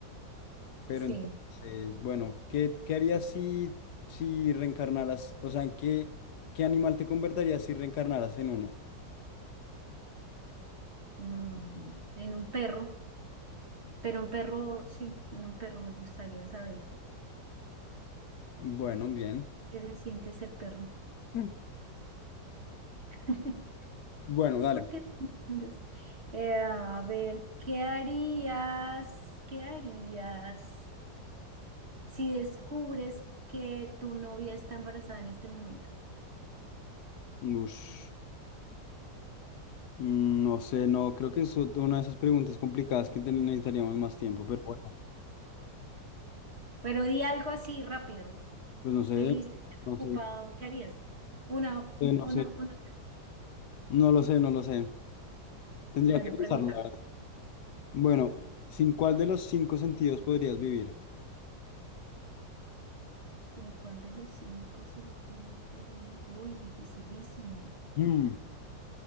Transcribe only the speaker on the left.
Pero
entonces, bueno, ¿qué, qué harías si, si reencarnaras? O sea, ¿en ¿qué, qué animal te convertirías si reencarnaras en uno?
Bueno, bien.
Mm.
Bueno,
dale.
Ush. Mm, No sé, no, creo que es ot- una de esas preguntas complicadas que te- necesitaríamos más tiempo, pero bueno,
pues no sé,
no sé,
eh, no
sé,
no lo sé, no lo sé. Tendría
que pensarlo,
la verdad. Bueno, ¿sin cuál de los cinco sentidos podrías vivir?
Mm,